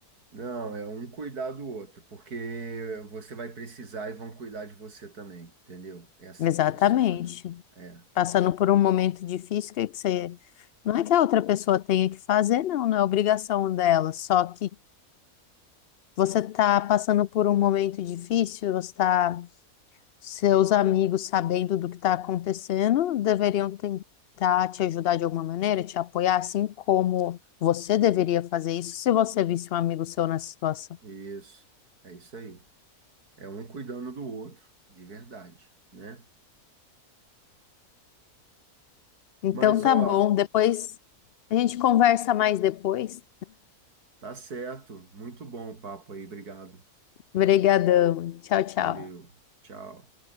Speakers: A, on the right; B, on the left.
A: Não, é um cuidar do outro, porque você vai precisar e vão cuidar de você também, entendeu? É assim
B: exatamente.
A: que funciona. É,
B: Passando por um momento difícil, que que você não é que a outra pessoa tenha que fazer, não, não é obrigação dela, só que Você está passando por um momento difícil, você está Seus amigos, sabendo do que está acontecendo, deveriam tentar te ajudar de alguma maneira, te apoiar, assim como você
A: sim,
B: deveria fazer isso se você visse um amigo seu nessa situação.
A: isso. É isso aí. É um cuidando do outro, de verdade, né?
B: Então
A: Mas,
B: tá
A: ó,
B: bom, depois a gente conversa mais depois.
A: tá certo. Muito bom o papo aí, obrigado, tá?
B: Obrigadão. Tchau, tchau.
A: Valeu, tchau.